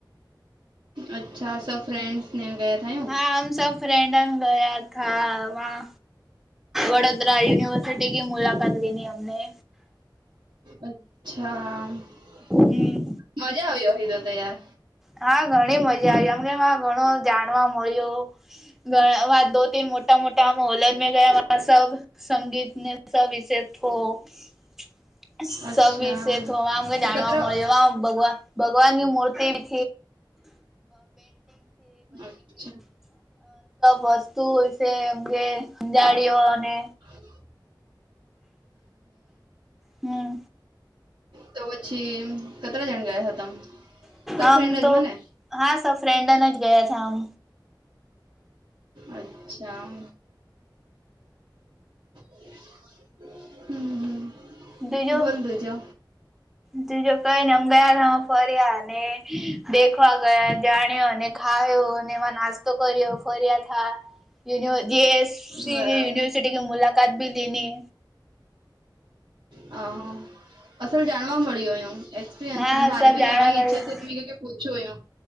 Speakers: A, on the right; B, in the centre.
A: અચ્છા, સબ ફ્રેન્ડ્સ ગયા હતા એમ.
B: હા, હમ સબ ફ્રેન્ડન ગયા થા. વડો યુનિવર્સિટીની મુલાકાત લીધી હતી.
A: અચ્છા, મજા
B: હમ
A: આવી હોય, હે તો યાર.
B: હા, ઘણી મજા આવી. એમ કેમ? આ ઘણું જાણવા મળ્યું. ઘણા વા દો તીન, મોટા મોટા મોલ ને ગયા, સબ સંગીત ને. એ વિશેષ થ <unintelligible> સ
A: અચ્છા
B: વિશે તો અમે
A: તો
B: જાણવા
A: કતરા
B: મળ્યું, ભગવાન ની મૂર્તિ. <unintelligible> તું
A: અચ્છા
B: હોય છે, એમ કેંજાડીઓ અને
A: હ <unintelligible>
B: હમ
A: તો પછી કેટલા જણ ગયા હતા? સબ
B: આમ
A: ફ્રેન્ડ
B: તો
A: જ હ ને
B: હા સ ફ્રેન્ડન જ ગયા છે આમ.
A: અચ્છા. હમ, હમ.
B: બીજો
A: બોલ બીજો
B: બીજો કંઈને અમે ગયા માં ફર્યા ને દેખવા ગયા, જાણ્યો અને ખાયો અને એમાં નાસ્તા કર્યો ફર્યા યુનિ જેએસસી
A: બરાબર
B: ટી મુલાકાત બી લીધી.
A: હ, અસલ જાણવા મળ્યું એમ. એક્સપિરયસ
B: હા
A: મારે
B: સબ
A: ભી
B: જાણવા
A: જાવા ઈચ્છ
B: મળ્યું
A: છે, ત ક કે પૂછ્યું એમ